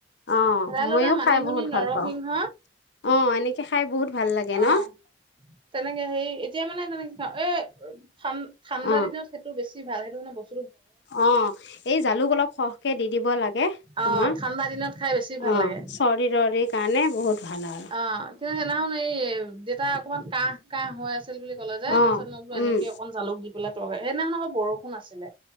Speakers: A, on the left (about 65°); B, on the right (about 25°).
A: অ',
B: ভেদাইলতা,
A: ময়ো
B: মানিমুনি,
A: খাই বহুত ভাল
B: নৰসিংহ
A: পাওঁ। অ', এনেকৈ খাই বহুত ভাল লাগে
B: অ',
A: ন
B: তেনেকে হেই, এতিয়া মানে তেনেকে খাওঁ। এই ঠান-ঠাণ্ডা
A: অ
B: দিনত সেইটো বেছ বেছি ভাল, সেইটো মানে বছ
A: অ', এই জালুক অলপ সহকে দি দিব লাগে,
B: অ',
A: তোমাৰ।
B: ঠাণ্ডা দিনত খাই বেছি ভাল
A: অ',
B: লাগে।
A: চৰ্দি তৰ্দি কাৰণে বহুত ভাল আৰু।
B: অ', কিন্তু সেইদিনাখন এই, দেতা অকণমান কাঁহ কাঁহ হৈ আছ বুলি ক'লে যে,
A: অ'
B: তাৰচত মই
A: উম
B: এনেকে অকন জালুক দি পেলাই তৰকাৰি, সেইদিনাখন আকৌ বৰ' <unintelligible> আছিলে।